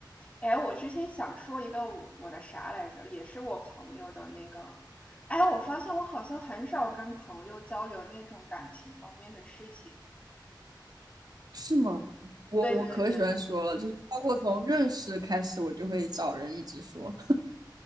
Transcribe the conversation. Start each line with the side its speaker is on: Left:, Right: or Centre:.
Left: 哎，我之前想说一个我我的啥来着，也是我朋友的那个，哎，我发现我好像很少跟朋友交流那种感情方面的事情。
Right: 是吗？我我可喜欢说了，
Left: 对对对，
Right: 就是包括从认识开始，我就会找人一直说，